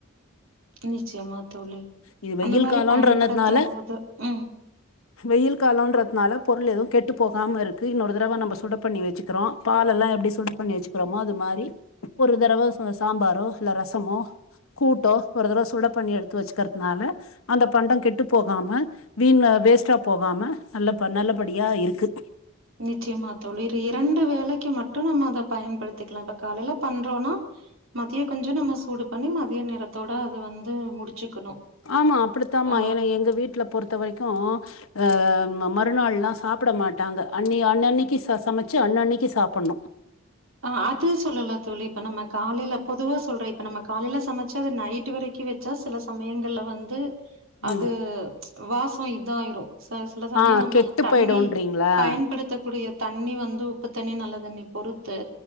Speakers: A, on the right (about 75°); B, on the left (about 85°).
A: நிச்சயமா தோழி
B: இது வெயில்
A: அந்த மாதிரி
B: காலம்ன்றதுனால
A: பயன்படுத்து போது ம்
B: வெயில் காலன்றதுனால பொருள் எதுவு கெட்டு போகாம இருக்கு இன்னொரு தடவ நம்ம சுட பண்ணி வச்சுக்கிறோ பாலலெல்லா எப்டி சுடு பண்ணி வச்சக்கிறோமோ அது மாதிரி ஒரு தறவ சாம்பாரோ இல்ல ரசமோ கூட்டோ ஒரு தறவ சுட பண்ணி எடுத்து வச்சுக்கிறதுனால அந்த பண்டோ கெட்டு போகாம வீண் வேஸ்ட்டா போகாம நல்ல நல்லபடியா இருக்கு
A: நிச்சயமா தோழி இரண்டு வேளைக்கு மட்டு நம்ம அத பயன்படுத்திக்லா இப்ப காலையில பண்றோனா மதியோ கொஞ்சோ நம்ம சூடு பண்ணி மதிய நேறத்தோட வந்து முடிச்சுக்கணு
B: ஆமா அப்படித்தாம
A: ஆ
B: ஏனா எங்க வீட்ல பொறுத்த வரைக்கு அ மறுநாள்ல்லா சாப்ட மாட்டாங்க அன்னி அன்னன்னைக்கு சமைச்சு அன்னன்னைக்கு சாப்புட்ணு
A: ஆ அது சொல்லல தோழி இப்ப நம்ம காலையில பொதுவா சொல்றே இப்ப நம்ம காலையில சமைச்சா அது நைட் வரைக்கு வெச் ச்சா சில சமயங்கள்ல வந்து அது
B: உம்
A: வாசோ இதாயிரு ச சில சமயோ
B: ஆஹ்
A: நம்ம
B: கெட்டு
A: தண்ணி
B: போயிடும்ன்றீங்களா
A: பயன்படுத்தக்கூடிய தண்ணி வந்து உப்பு தண்ணி நல்ல தண்ணி பொறுத்து